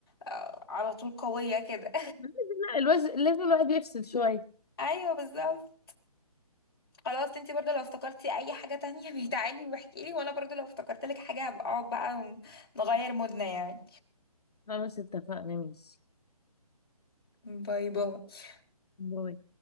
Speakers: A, on the left; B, on the left.
A: آه، على طول قوية كده
B: <laughs> لا الواحد لازم الواحد يفصل شوية
A: <laughs> ايوه بالظبط خلاص انتي برضه لو افتكرتي اي حاجة تانية <laughs> بيتعالي واحكي لي وانا برضه لو افتكرت لك حاجة هبقى اقعد بقى نغير مودنا يعني
B: خلاص اتفقنا ماشي
A: ماشي. باي باي
B: باي